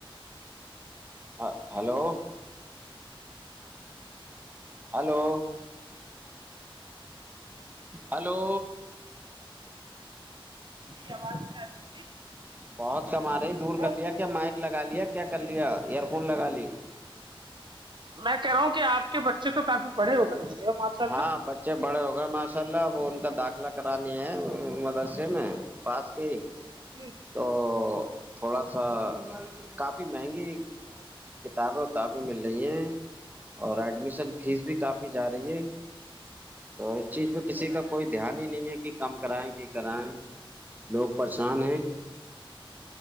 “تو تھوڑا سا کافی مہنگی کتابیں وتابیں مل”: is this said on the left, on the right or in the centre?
Right